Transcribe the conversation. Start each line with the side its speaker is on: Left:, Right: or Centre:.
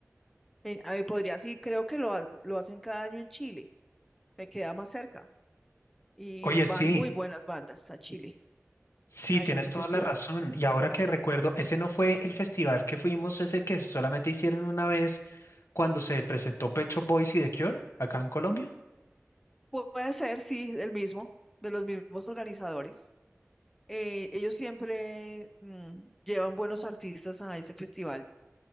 Centre: Eh, ahí podría, sí, creo que lo, ha- lo hacen cada año en Chile, me queda más cerca. Y
Left: Oye,
Centre: van
Left: sí.
Centre: muy buenas bandas a Chile,
Left: Sí,
Centre: ahí
Left: tienes
Centre: a ese
Left: toda
Centre: festival.
Left: la razón. Y ahora que recuerdo, ese no fue el festival que fuimos, ese que solamente hicieron una vez cuando se presentó Pecho Boys y The Cure acá en Colombia.
Centre: Pu- puede ser, sí, el mismo, de los mismos organizadores. eh, ellos siempre mm, llevan buenos artistas a ese festival.